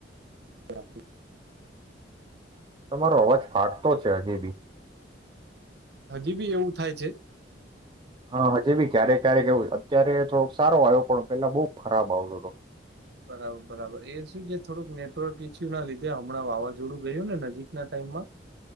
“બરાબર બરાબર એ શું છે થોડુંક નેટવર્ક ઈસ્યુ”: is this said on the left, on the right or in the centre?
Right